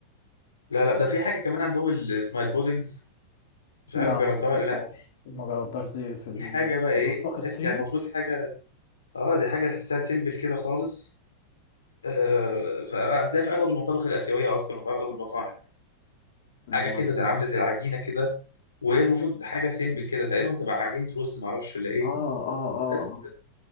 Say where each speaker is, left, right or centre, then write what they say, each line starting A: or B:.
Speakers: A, on the left (about 75°); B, on the left (about 55°).
A: لا لا ده في حاجه كمان عندهم ال- اسمها البودنجز مش
B: لا
A: عارف جربتها
B: ما جربتهاش
A: ولا لا
B: ما جربتهاش دي في ال-
A: دي حاجه بقى
B: في
A: ايه
B: المطبخ
A: تحس
B: الصيني
A: يعني المفروض حاجه اه دي حاجه تحسها سيمبل كده خالص آه فهتلاقي في اغلب المطابخ الاسيويه اصلا وفي اغلب المطاعم يعني
B: لا
A: حاجه كده عامله زي العجينه كده وهي المفروض حاجه سيمبل كده تقريبا بتبقى عجينه رز معرفش ولا ايه
B: اه اه اه
A: بس